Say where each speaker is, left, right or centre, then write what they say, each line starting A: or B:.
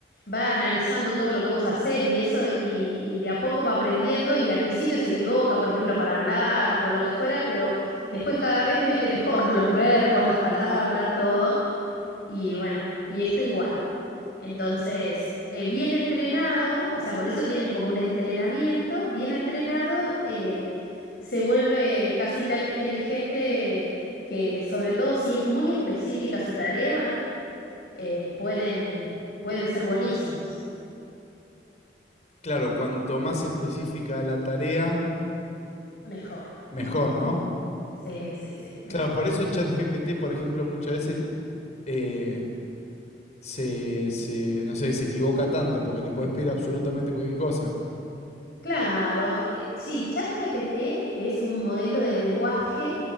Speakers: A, on the left (about 65°); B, on the left (about 40°).
A: va analizando todo lo que vos hacés y eso, y, y de a poco va aprendiendo y al principio se equivoca, por ejemplo, para hablar o lo que fuera, pero después cada vez mete mejor <laughs> los verbos, las palabras, todo. Y bueno, y esto igual. Entonces, eh, bien entrenado, o sea, por eso tienen como un entrenamiento, bien entrenado, eh, se vuelve casi tan inteligente que, sobre todo si es muy específica su tarea, eh, pueden, pueden ser buenísimos.
B: Claro, cuanto más específica la tarea,
A: Mejor.
B: Mejor, ¿no?
A: Sí, sí, sí, mejor.
B: Claro, por eso ChatGPT, por ejemplo, muchas veces eh, se, se, no sé, se equivoca tanto porque le puedes pedir absolutamente cualquier cosa.
A: Claro, eh, sí, ChatGPT es un modelo de lenguaje